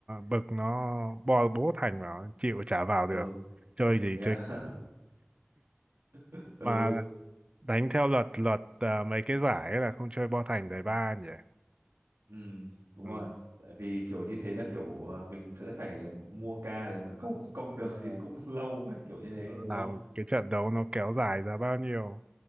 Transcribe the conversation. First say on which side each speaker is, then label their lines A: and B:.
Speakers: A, on the right (about 25°); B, on the right (about 85°).
A: bực nó bo bố thành vào chịu trả vào được
B: ừ
A: chơi gì
B: thế
A: chơi
B: à <laughs>
A: mà
B: ừ
A: đánh theo luật luật à, mấy cái giải ấy là không chơi bo thành đầy ba nhỉ
B: Ừ, đúng
A: ừ.
B: rồi. Tại vì kiểu như thế là kiểu ờ, mình sẽ phải mua ca để mà công công được
A: Đúng
B: thì
A: rồi.
B: cũng <laughs> lâu ấy, kiểu như thế,
A: làm
B: đúng không?
A: cái trận đấu nó kéo dài ra bao nhiêu